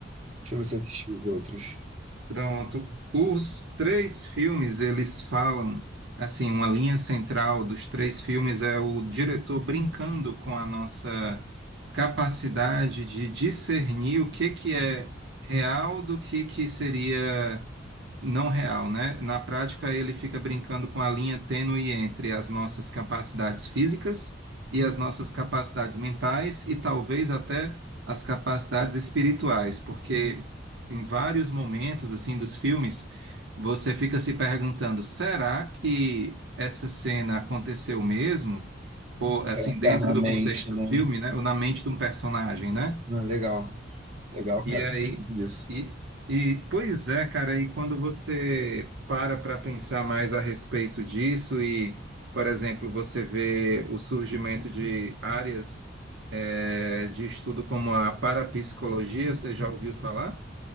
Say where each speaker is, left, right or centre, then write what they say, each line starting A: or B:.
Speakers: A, on the right; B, on the right.
A: Deixa eu ver se eu assisti os outros.
B: Pronto. Os três filmes, eles falam, assim, uma linha central dos três filmes é o diretor brincando com a nossa capacidade de discernir o que que é real do que que seria não real, né? Na prática, ele fica brincando com a linha tênue entre as nossas capacidades físicas e as nossas capacidades mentais e talvez até as capacidades espirituais, porque em vários momentos assim dos filmes, você fica se perguntando, será que essa cena aconteceu mesmo? Ou assim,
A: Eternamente,
B: dentro do contexto
A: né?
B: do filme, né? Ou na mente de um personagem, né?
A: Não, legal. Legal,
B: E
A: cara.
B: aí,
A: eu gosto Muito disso.
B: e, e pois é, cara, e quando você para para pensar mais a respeito disso e, por exemplo, você vê o surgimento de áreas eh, de estudo como a parapsicologia, você já ouviu falar?